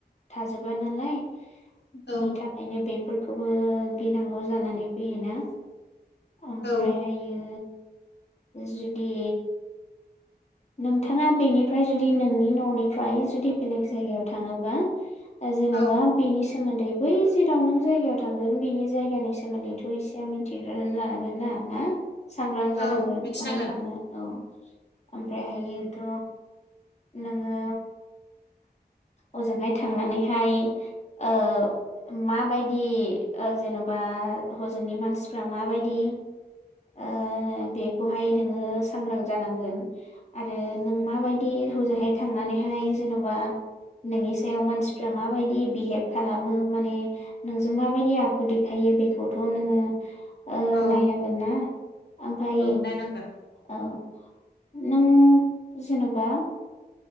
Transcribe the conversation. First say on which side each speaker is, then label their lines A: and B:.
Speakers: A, on the left; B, on the left.
A: थाजोबा नालाय। बिनि
B: औ
A: थाखायनो बे फोरखौबो गिनांगौ जानानै फैयोना। ओमफ्रायहायो
B: औ
A: जुदि नोंथाङा बेनिफ्राय जुदि नोंनि न'निफ्राय जुदि बेलेग जायगायाव थाङोबा जेन'बा
B: औ
A: बेनि सोमोन्दै बै जेराव नों जायगायाव थांगोन बिनि जायगानि सोमोन्दैथ' एसे मिथिग्रोनानै लानांगोन ना। ना? सांग्रां जानांगोन
B: औ मिथिनांगोन
A: बाहाय थांनो औ। ओमफ्रायहायोथ' नोङो अजोंहाय थांनानैहाय ओ माबायदि ओ जेन'बा हजोंनि मानसिफ्रा माबायदि ओ बेखौहाय नोङो सांग्रां जानांगोन आरो नों माबायदि हजोंहाय थांनानैहाय जेन'बा नोंनि सायाव मानसि फोरा माबायदि बिहेभ खालामो माने नोंजों माबायदि आखु देखायो बेखौथ' नोङो ओ
B: औ
A: नायनांगोन ना ओमफाय
B: औ नायनांगोन
A: औ नों जेन'बा